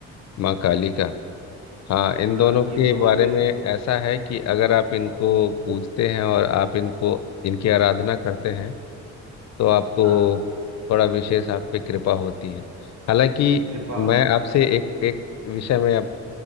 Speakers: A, on the left (about 60°); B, on the right (about 80°).
A: माँ काली का हाँ
B: हाँ
A: इन दोनों के
B: ये दो
A: बारे
B: है
A: में
B: कि
A: ऐसा है कि अगर आप इनको पूजते हैं और आप इनको इनकी आराधना करते हैं तो आपको
B: हाँ
A: थोड़ा विशेष आप पे कृपा होती है हालांकि
B: कृपा
A: मैं
B: होती है
A: आपसे
B: बिल्कुल
A: एक एक विषय में अब